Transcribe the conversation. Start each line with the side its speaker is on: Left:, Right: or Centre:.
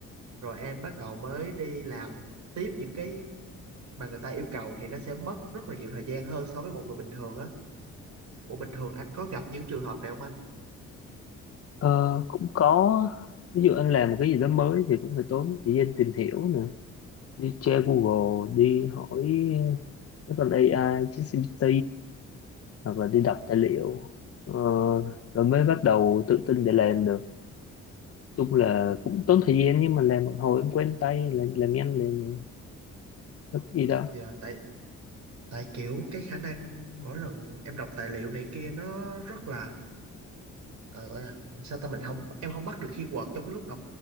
Right: rồi em bắt đầu mới đi làm tiếp những cái mà người ta yêu cầu thì nó sẽ mất rất là nhiều thời gian hơn so với một người bình thường á Ủa bình thường anh có gặp những trường hợp này không anh?
Left: Ờ, cũng có ví dụ anh làm một cái gì đó mới thì cũng phải tốn thời gian tìm hiểu nè đi tra Google đi hỏi các con AI ChatGPT hoặc là đi đọc tài liệu ờ, rồi mới bắt đầu tự tin để làm được chung là cũng tốn thời gian nhưng mà làm một hồi em quen tay làm, làm nhanh để mà rất y đó
Right: Dạ tại tại kiểu cái khả năng mỗi lần em đọc tài liệu này kia nó rất là ờ, gọi là sao ta mình không em không bắt được keyword trong cái lúc đọc